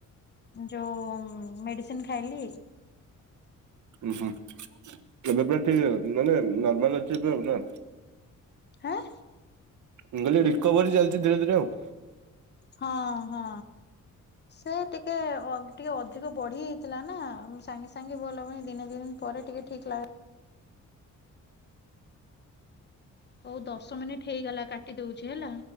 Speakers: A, on the left; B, on the right.
A: ଯୋଉ ମେଡିସିନ ଖାଇଲି।
B: ଉଁ ହୁଁ ଏବେ ପା ଟିକ ମାନେ ନର୍ମାଲ ଅଛି ଏବେ ଆଉ ନା।
A: ହାଁ
B: ମୁ କହିଲି ରିକୋଭରି ଚାଲିଛି ଧୀରେ ଧୀରେ ଆଉ।
A: ହଁ ହଁ। ସେ ଟିକେ ଅ ଟିକେ ଅଧିକ ବଢି ହୋଇଥିଲା ନା ସାଙ୍ଗେ ସାଙ୍ଗେ ଭଲ ଭଲ ହେବନି ଦିନେ ଦିନ ପରେ ଟିକେ ଠିକ୍ ଲା
B: ଆ
A: ହଉ ଦଶ ମିନିଟ ହେଇଗଲା କାଟି ଦଉଛି ହେଲା।